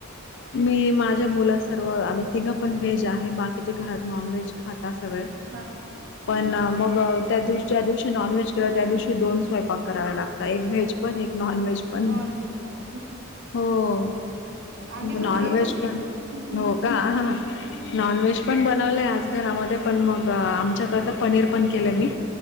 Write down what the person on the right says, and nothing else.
हा
हम्म.
नॉन व्हेज पण
आम्ही
पण व्हेजच
आहे.
हम्म,
हं,